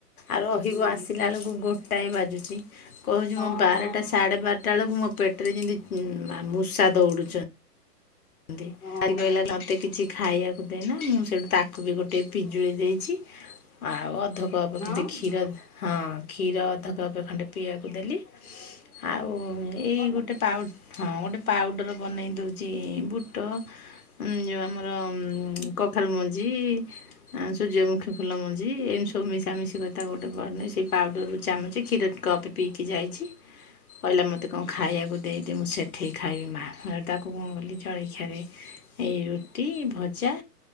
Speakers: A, on the left; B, on the left.
A: ଆଉ ରହିବୁ
B: ହୁଁ।
A: ଆସିଲା ବେଳକୁ ଗୋଟାଏ ବାଜୁଚି କହୁଛି
B: ହଁ
A: ମଁ ବାରଟା ସାଢ଼େ ବାରଟା ସେତେବେଳକୁ ମୋ ପେଟରେ ଯେମିତି ମୂଷା ଦୌଡୁଛନ୍ତି। କହନ୍ତି
B: ହଁ।
A: କହିଲା ମତେ କିଛି ଖାଇବାକୁ ଦେନା, ମୁଁ ସେଠୁ ତାକୁ ବି ଗୋ ଗୋଟେ ପିଜୁଳି ଦେଇଚି, ଆଉ ଅଧକପ୍
B: ହଁ।
A: ଖଣ୍ଡେ କ୍ଷୀର ହଁ କ୍ଷୀର ଅଧ କପ୍ ଏ ଖଣ୍ଡେ ପିଇବାକୁ ଦେଲି। ଆଉ ଏଇ
B: ଭଲ
A: ଗୋଟେ
B: ହୁଁ
A: ପାଉ ହଁ ଗୋଟେ ପାଉଡ଼ର ବନେଇ ଦୋଉଚି ବୁଟ ଯେଉଁ ଆମର କଖାରୁ ମଞ୍ଜି ଆ ସୂର୍ଯ୍ୟମୁଖୀ ଫୁଲ ମଞ୍ଜି ଏମିତି ସବୁ ମିଶାମିଶି କରି ତାକୁ ଗୋଟେ ବନେଇ ସେଇ ପାଉଡ଼ରରୁ ଚାମଚ କ୍ଷୀର କପେ ପିଇକି ଯାଇଚି। କହିଲା ମତେ କଣ ଖାଇବାକୁ ଦେଇ ଦେ ମୁଁ ସେଠି ଖାଇବି ମା, ତାକୁ କଣ କଲି ଜଳଖିଆରେ। ଏଇ ରୁଟି ଭଜା।